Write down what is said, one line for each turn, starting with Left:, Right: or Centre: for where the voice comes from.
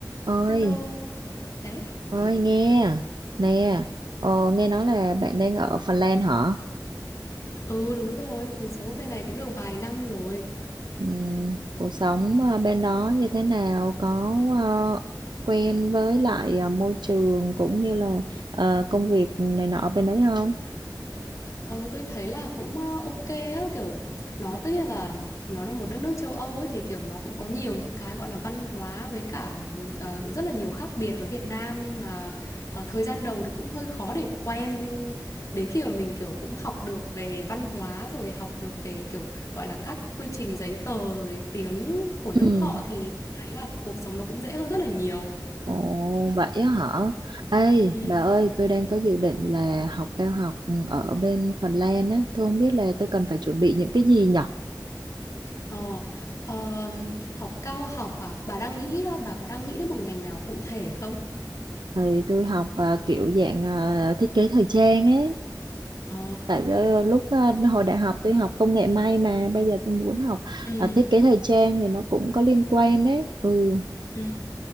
Right: ơi
Left: Hello. Ấy.
Right: ơi
Left: <laughs>
Right: nghe nè ờ, nghe nói là bạn đang ở Phần Lan hả
Left: Ừ đúng rồi, mình sống ở bên này cũng được vài năm rồi.
Right: Ừm, cuộc sống ờ, bên đó như thế nào có ờ, quen với lại ờ, môi trường cũng như là ờ, công việc này nọ bên đấy không
Left: Ờ tôi thấy là cũng ờ, ok á, kiểu nó tất nhiên là nó là một đất nước châu Âu ấy thì kiểu nó cũng có nhiều những cái gọi là văn hóa với cả ờ, rất là nhiều khác biệt với Việt Nam nhưng mà ở thời gian đầu thì cũng hơi khó để quen nhưng đến khi mà mình kiểu cũng học được về văn hóa rồi học được về kiểu gọi là các quy trình giấy tờ rồi tiếng của nước
Right: Ừ.
Left: họ thì thấy là cuộc sống nó cũng dễ hơn rất là nhiều.
Right: Ồ vậy á hả? Ê
Left: Ừ.
Right: bà ơi tôi đang có dự định là học cao học ừ, ở bên Phần Lan á Tôi không biết là tôi cần phải chuẩn bị những cái gì nhở?
Left: Ờ, ờm, học cao học à? Bà đang nghĩ, bà có đang nghĩ đến một ngành nào cụ thể không?
Right: Thì tôi học à, kiểu dạng à, thiết kế thời trang ấy.
Left: Ờ,
Right: tại ờ, lúc ờ, hồi đại học tôi học công nghệ may mà bây giờ tôi muốn học
Left: ừ,
Right: ờ, thiết kế thời trang thì nó cũng có liên quan đấy ừ
Left: ừ.